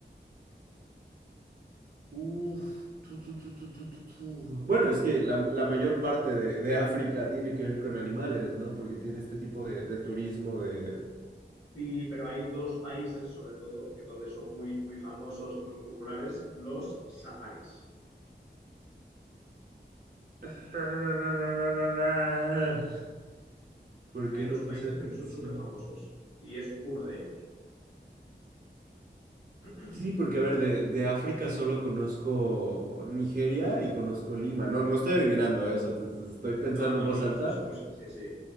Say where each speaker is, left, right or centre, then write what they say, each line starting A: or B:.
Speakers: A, on the right (about 50°); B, on the left (about 85°).
A: Uf. tu, tu, tu, tu, tu, tu, tu. Bueno, es que la, la mayor parte de, de África tiene que ver con animales, ¿no? Porque tiene este tipo de, de turismo de...
B: Sí, pero hay dos países, sobre todo, que donde son muy, muy famosos y muy populares, los safaris.
A: <laughs> ¿Por
B: Hay
A: qué
B: dos
A: no
B: países
A: puse atención?
B: que no son súper famosos y es uno de ellos. <clears throat>
A: Sí, porque a ver, de, de África solo conozco Nigeria y conozco Lima. No, no estoy adivinando, eh, o sea, te- te estoy pensando
B: No, no,
A: en voz
B: no,
A: alta.
B: está su pos- Sí, sí.